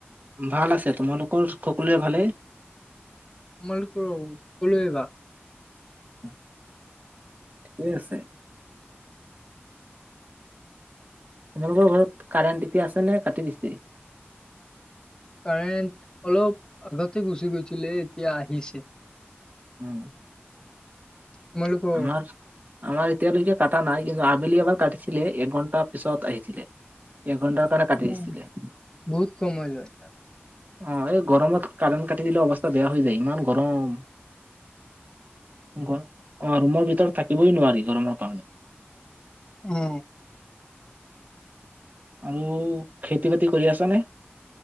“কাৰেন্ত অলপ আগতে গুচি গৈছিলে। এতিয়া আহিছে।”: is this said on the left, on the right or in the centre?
Left